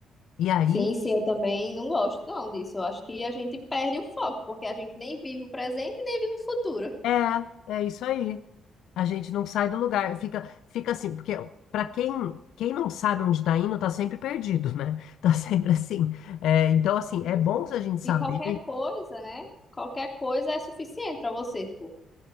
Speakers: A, on the left; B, on the left.
A: E aí,
B: Sim, sim, eu também não gosto não disso. Eu acho que a gente perde o foco, porque a gente nem vive o presente, nem vive o futuro.
A: é, é isso aí. A gente não sai do lugar, fica, fica assim, porque para quem, quem não sabe onde está indo, tá sempre perdido, né? <laughs> Tá sempre assim. É, então, assim, é
B: Isso.
A: bom se a gente saber,
B: E qualquer coisa, né? Qualquer coisa é suficiente para você, tipo.